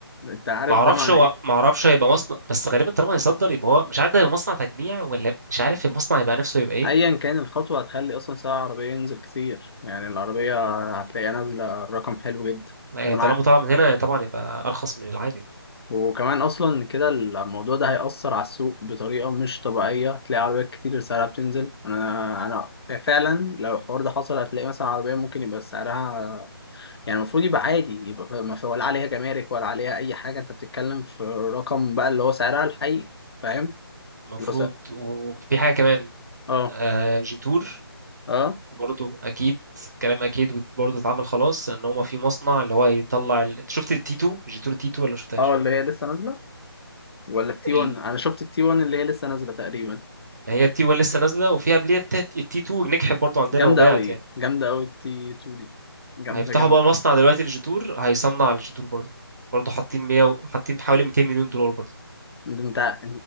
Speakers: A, on the left (about 75°); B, on the right (about 45°).
A: انت عارف
B: ما اعرفش
A: ده معنى
B: هو
A: ايه
B: ما اعرفش هيبقى مصنع بس غالبا طالما هيصدر يبقى هو مش عارف ده هيبقى مصنع تجميع ولا مش عارف المصنع يبقى نفسه يبقى ايه
A: ايا كان الخطوة هتخلي اصلا سعر العربية ينزل كتير يعني العربية هتلاقيها نازلة رقم حلو جدا
B: آه،
A: ده مع
B: طالما طالع من هنا طبعا يبقى ارخص من العادي
A: وكمان اصلا كده الموضوع ده هيأثر على السوق بطريقه مش طبيعيه هتلاقي عربيات كتير سعرها بتنزل انا انا فعلا لو الحوار ده حصل هتلاقي مثلا عربيه ممكن يبقى سعرها يعني المفروض يبقى عادي يبقى ف- ما في ولا عليها جمارك ولا عليها اي حاجه انت بتتكلم في رقم بقى اللي هو سعرها الحقيقي فاهم
B: المفروض
A: اللي هو سعر.
B: وفي حاجة كمان
A: اه
B: آه جيتور
A: اه
B: برضه اكيد كلام اكيد برضه اتعمل خلاص ان هما في مصنع اللي هو يطلع ال... انت شفت التي 2 جيتور تي 2 ولا ما شفتهاش
A: اه اللي هي لسه نازله ولا التي 1
B: ال...
A: انا شفت التي 1 اللي هي لسه نازله تقريبا
B: ما هي التي 1 لسه نازله وفي قبليها التي 2 نجحت برضه عندنا
A: جامده
B: وباعت
A: قوي
B: يعني
A: جامده قوي التي 2 دي جامده
B: هيفتحوا
A: جامده
B: بقى مصنع دلوقتي للجدور هيصنع الجدور برضه برضه حاطين 100 و- حاطين حوالي 200 مليون دولار برضه
A: انت انت